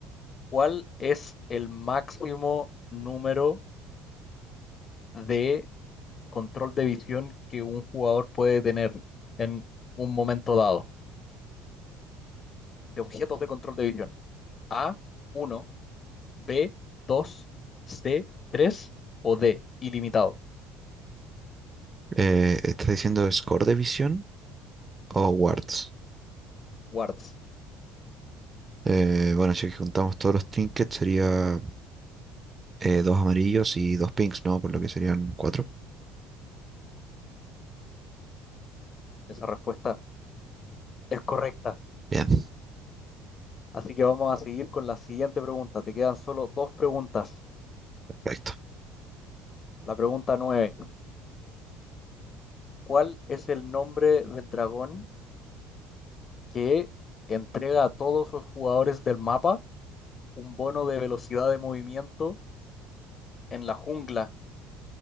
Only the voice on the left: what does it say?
¿Cuál es el máximo número de control de visión que un jugador puede tener en un momento dado? De objetos de control de visión. A, uno. B, 2. C, 3. o D, ilimitado.
Wards.
Esa respuesta es correcta.
Así que vamos a seguir con la siguiente pregunta. Te quedan solo dos preguntas.
La pregunta nueve. cuál es el nombre del dragón que entrega a todos los jugadores del mapa un bono de velocidad de movimiento en la jungla